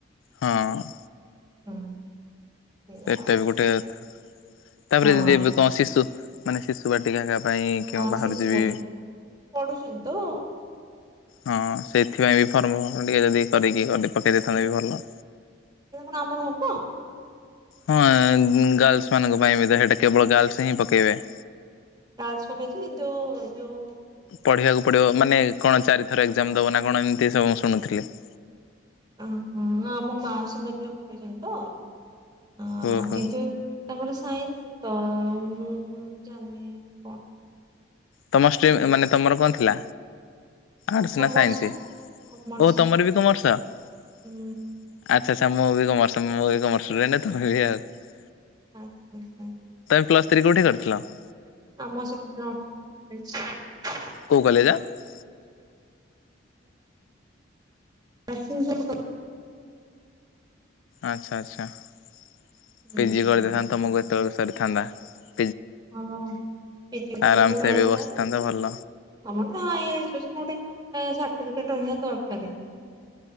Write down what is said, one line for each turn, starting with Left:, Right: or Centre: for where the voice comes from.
Left: ହଁ ।
Right: ହୁଁ। ସେଇଆ
Left: ଏଟା
Right: ଆଉ
Left: ବି ଗୁଟେ କଥା। ତାପରେ
Right: ହଁ
Left: ଯଦି, ଏବେ କଣ ଶିଶୁ । ମାନେ ଶିଶୁ ବାଟିକା। <unintelligible> କେଉଁ
Right: ହଁ
Left: ବାହାରୁଛି
Right: ଶିଶୁ
Left: ବି
Right: ବାଟିକା ପଢୁଛନ୍ତି ତ ଆଉ
Left: ହଁ ସେଥିପାଇଁ ବି ଫର୍ମ ହଁ ଟିକେ ଯଦି କରିକି ଗଲେ, ପକେଇ ଦେଇେଇଥାନ୍ତେ ବି ଭଲ ।
Right: ସେ କଣ ଆମର ହବ?
Left: ହଁ ଗାର୍ଲସ ମାନଙ୍କ ପାଇଁ ବି, ହେଇଟା କେବଳ ଗାର୍ଲସ ହିଁ ପକେଇବେ ।
Right: ଟାକ୍ସ ପକେଇଛି କିନ୍ତୁ ଯୋଉ
Left: ପଢିବାକୁ ପଡିବ ମାନେ କଣ ଚାରି ଏକ୍ଜାାମ ଦେବ ନା କଣ, ଏମିତି ସବୁ ମୁଁ ଶୁଣୁଥିଲି ।
Right: ଓ ହୋ ହଁ ଆମ ମାଉସୀ ଙ୍କ ଝିଅ ପକେଇଛନ୍ତି ତ, ଅ
Left: ଓହୋ
Right: କିନ୍ତୁ ତାଙ୍କର ସାଇନ୍ସ ତ, ହୁଁ ହୁଁ ଜାଣିନି କଣ?
Left: ତମ ଷ୍ଟ୍ରିମ୍ ମାନେ ତମର କଣ ଥିଲା? ଆର୍ଟ୍ସ
Right: କମର୍ସ
Left: ନା ସାଇନ୍ସି?
Right: ବା କମର୍ସ
Left: ଓ ତମର ବି କମର୍ସ ଆଚ୍ଛା
Right: ହୁଁ
Left: । ମୁଁ ବି କମର୍ସ ମୁଁ ବି କମର୍ସେ ଷ୍ଟୁଡେଣ୍ଟ ତମେ ବି ଆଉ ।
Right: ଆଛା ଆଛା ।
Left: ପ୍ଲସ୍ ଥ୍ରୀ କୋଉଠି କରିଥିଲ ।
Right: ଆମ ସେପଟେ <unintelligible>
Left: କଉ କଲେଜ ।
Right: ନରସିଂହପୂର୍ କଲେଜ ।
Left: ଆଚ୍ଛା ଆଚ୍ଛା ।
Right: ହୁଁ
Left: ପିଜି କରିଦେଇଥାନ୍ତ ତମକୁ । ଏତେବେଳକୁ ସରି ଥାଆନ୍ତା ।
Right: ହିଁ ପିଜି କରିଥିଲେ
Left: ଆରାମସେ
Right: ଭଲ
Left: ଏବେ
Right: ହାଇଥନା
Left: ବସିଥାନ୍ତ
Right: କିନ୍ତୁ
Left: ଭଲ।
Right: ସମତେ ହାଇୟର ଏଡୁକେସନ । <unintelligible> ଏ ସର୍ଟିଫିକେଟ ରହିଆ ଦରକାରରେ ।